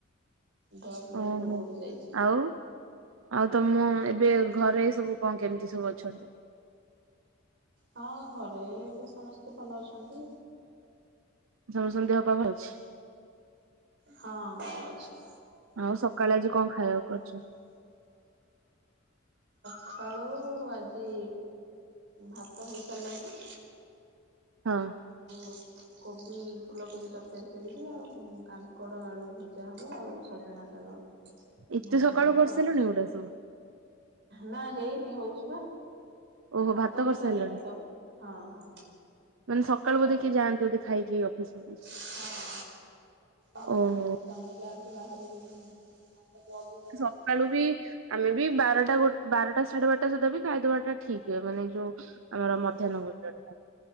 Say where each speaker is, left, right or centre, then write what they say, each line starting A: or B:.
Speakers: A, on the right; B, on the right.
A: ଜବ୍
B: <inaudible>
A: ଲାଇଫରୁ ଓହରି ଯାଇଛି।
B: ଆଉ ତମ ଏବେ ଘରେ ସବୁ କ'ଣ କେମିତି ସବୁ ଅଛନ୍ତି?
A: ହଁ, ଘରେ ଏବେ ସମସ୍ତେ ଭଲ ଅଛନ୍ତି।
B: <inaudible>
A: ହଁ, ଭଲ ଅଛି।
B: ଆଉ ସକାଳେ ଆଜି କ'ଣ ଖାଇବାକୁ କ--ଚ?
A: ଖାଳୁ, ଆଜି ଭାତ ହେଇ ସାର୍ଲାଣି।
B: <inaudible>
A: <inaudible> କୋବି ଫୁଲକୋବି ତର୍କାରୀ କରିବି, ଆଉ କାଙ୍କଡ଼ ଆଳୁ ଭଜା ହବ ଆଉ ସଜନା ଶାଗ।
B: ଏତେ
A: ଭଜା
B: ସକାଳୁ
A: ହବ
B: କରି
A: ଆଉ
B: ସାର୍ଲଣି ଏଗୁଡ଼ା ସବୁ।
A: ନା ହେଇନି, ହଉଛି ବା,
B: ଓହୋ
A: ଭାତ ହେଇସାରିଲାଣି
B: କରିସାରିଲଣି
A: ତ ହଁ ହଁ
B: ମାନେ ସକାଳ
A: ତ
B: ବୋଧେ କିଏ ଯାଆନ୍ତି ବୋଧେ ଖାଇକି ଅଫିସ ଫଫିସ୍
A: ହଁ ହଉ
B: ଓହୋ
A: ସ୍ୱାମୀ ଯାଆନ୍ତି। ବାହାରିବେ ତାଙ୍କ ଜବ ରେ ଯାନ୍ତି
B: ସକାଳୁ
A: ନା
B: ବି ଆମେ ବି ବାରଟା ଗ ବାରଟା ସାଢେ ବାରଟା ସୁଦ୍ଧା ବି ଖାଇଦବା ଟା ଠିକ୍ଏ ମାନେ ଯୋଉ ଆମର ମଧ୍ୟାହ୍ନ
A: ହଁ
B: ଭୋଜନ ଟା